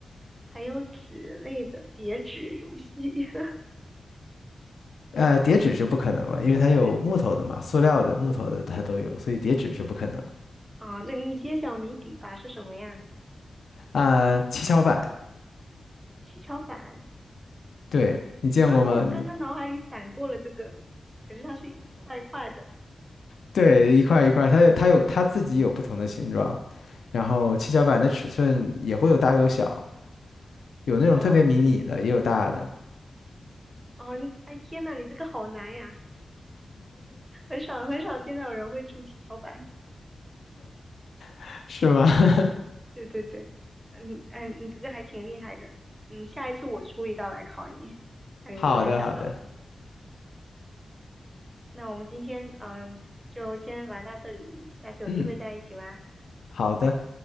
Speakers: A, on the right (about 15°); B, on the left (about 70°).
A: 还有纸类的叠纸游戏。<laughs>
B: 呃，叠纸是不可能了，因为它有木头的嘛，
A: 对对对，
B: 塑料的、木头的它都有，所以叠纸是不可能。
A: 啊，那你揭晓谜底吧，是什么呀？
B: 啊、七巧板，
A: 七巧板
B: 对，你见过吗？
A: 啊，我刚刚脑海里闪过了这个，可是它是一块一块的。
B: 对，一块一块，它有它有它自己有不同的形状，然后七巧板的尺寸也会有大有小，有那种特别迷你的，
A: 哦
B: 也有大的，
A: 哦，你哎天呐，你这个好难呀，很少很少见到有人会出七巧板。
B: <laughs> 是吗？<laughs>
A: 对对对，嗯嗯，你这个还挺厉害的。嗯，下一次我出一道来考你，看你能不能想到。
B: 好的，好的，
A: 那我们今天嗯，就先玩到这里，下次有机会再一起玩。
B: 嗯，好的，